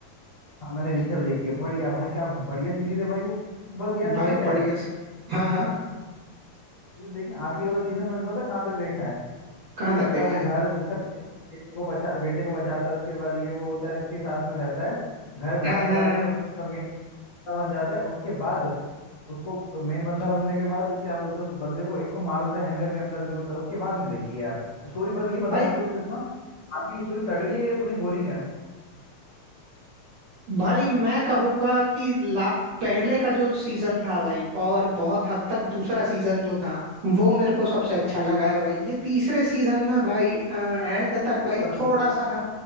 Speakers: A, on the left (about 65°); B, on the right (about 65°).
A: हाँ मैंने रीचर देखी है बढ़िया भाई क्या बढ़िया सीरीज है भाई वो बस यार पता
B: भाई
A: क्या
B: बढ़िया
A: है
B: सी हाँ हाँ
A: सीजन देखिए आखिरी वाला सीजन मैंने पता कहाँ तक देखा है
B: कहाँ
A: कि इसका
B: तक देखा
A: वो
B: है
A: घर उसका इसके बेटे को बचा बेटे को बचाता है उसके बाद ये वो होता है उसके साथ में रहता है घर ब्लास्ट
B: हाँ हाँ
A: करा
B: हाँ
A: के उसका बंदा बन जाता है उसके बाद उसको मेन बंदा बनने के बाद क्या बोलते हैं उस बंदे को एक को मार देता है हैंगर के अंदर जो होता है उसके बाद नहीं देखी यार स्टोरी बस ये बता
B: भाई
A: मुझे बस इतना आगे की स्टोरी तगड़ी है या थोड़ी बोरिंग है
B: भाई मैं कहूंगा कि ला, पहले का जो सीजन था भाई और बहुत हद तक दूसरा सीजन जो था वो मेरे को सबसे
A: हाँ।
B: अच्छा लगा है भाई ये तीसरे सीजन में भाई एंड तक भाई
A: ये बात
B: थोड़ा
A: है मुझे
B: सा हल,